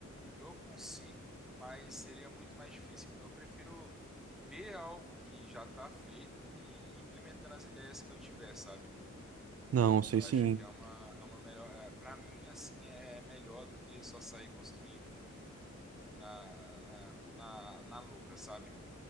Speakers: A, in the centre; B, on the right (about 50°).
A: Eu consigo, mas seria muito mais difícil. Então eu prefiro ver algo que já está feito e ir implementando as ideias que eu tiver, sabe?
B: Não, sei
A: Eu
B: sim.
A: acho que é uma, é uma melhor. É, para mim, assim, é é melhor do que só sair construindo no, na, na, na, na louca, sabe?